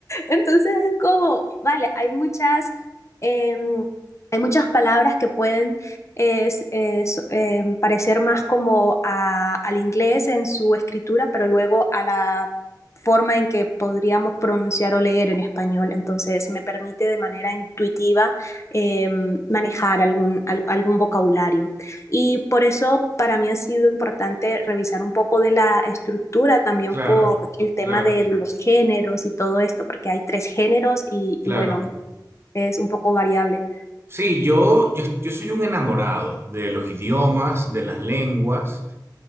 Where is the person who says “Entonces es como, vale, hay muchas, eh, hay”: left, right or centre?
Left